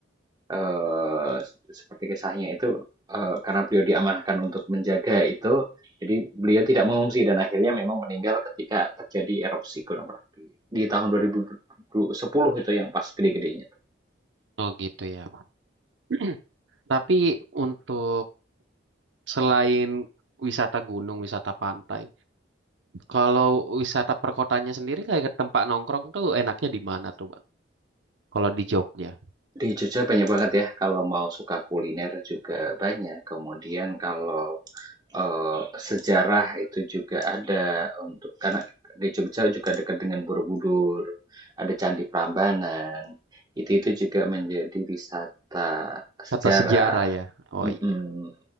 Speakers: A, on the right; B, on the right.
A: eh, seperti kisahnya itu eh, karena beliau diamanahkan untuk menjaga itu, jadi beliau tidak mengungsi dan akhirnya memang meninggal ketika terjadi erupsi Gunung Merapi di tahun 2010 itu yang pas gede-gedenya.
B: Oh gitu ya. <clears throat> Tapi untuk selain wisata gunung, wisata pantai, kalau wisata perkotanya sendiri kayak ke tempat nongkrong tuh enaknya di mana tuh Bang? Kalau di Jogja,
A: Di Jogja banyak banget ya, kalau mau suka kuliner juga banyak. Kemudian kalau eh, sejarah itu juga ada untuk karena di Jogja juga dekat dengan Borobudur, ada Candi Prambanan. Itu itu juga menjadi wisata sejarah.
B: kata sejarah ya. Oh
A: Mm-mm.
B: iya.